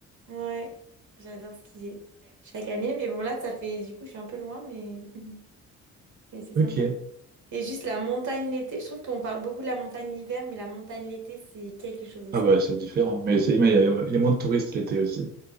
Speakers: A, on the right (about 75°); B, on the right (about 30°).
A: Ouais, j'adore skier. Chaque année, mais bon là, ça fait du coup, je suis un peu loin, mais, <laughs> mais c'est
B: Ok.
A: sympa. Et juste la montagne l'été, je trouve qu'on parle beaucoup de la montagne l'hiver, mais la montagne l'été, c'est quelque chose aussi.
B: Ah bah
A: hein.
B: c'est différent. Mais c'est mais il y, a il y a moins de touristes l'été aussi.